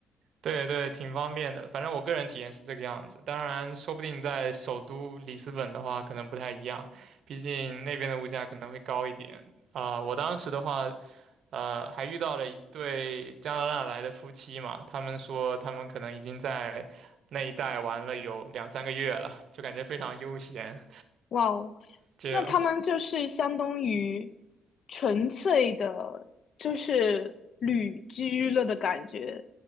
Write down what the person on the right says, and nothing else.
对对，挺方便的。反正我个人体验是这个样子，当然，说不定在首都里斯本的话，可能不太一样，毕竟那边的物价可能会高一点。啊、我当时的话，呃，还遇到了一对加拿大来的夫妻嘛，他们说他们可能已经在那一带玩了有两三个月了，就感觉非常悠闲，
就